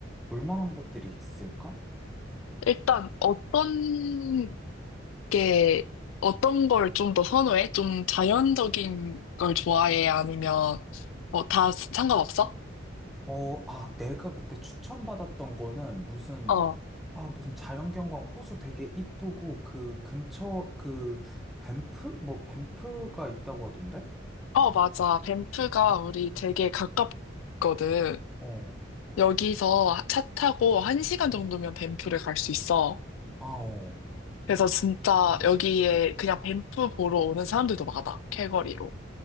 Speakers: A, in the centre; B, on the left.
A: 볼 만한 것들이 있을까?
B: 일단 어떤 게, 어떤 걸 좀 더 선호해? 좀 자연적인 걸 좋아해? 아니면, 뭐, 다 상관없어?
A: 어, 아, 내가 그때 추천받았던 거는 무슨,
B: 어,
A: 아, 무슨 자연경관 호수 되게 이쁘고 그 근처, 그 밴프? 뭐 밴프가 있다고 하던데?
B: 어, 맞아. 밴프가 우리 되게 가깝거든.
A: 어,
B: 여기서 차 타고 한시간 정도면 밴프를 갈 수 있어.
A: 아, 어,
B: 그래서 진짜 여기에 그냥 밴프 보러 오는 사람들도 많아. 캘거리로.